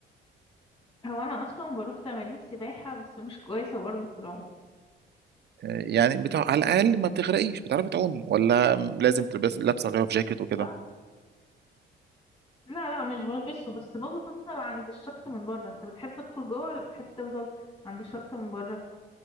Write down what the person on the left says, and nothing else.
هو انا اصلا بروح تمارين سباحة بس مش كويسة برضه في العوم
اه لا لا مش بلبسه بس بفضل عند الشط من بره انت بتحب تدخل جوه ولا بتحب تفضل عند الشط من بره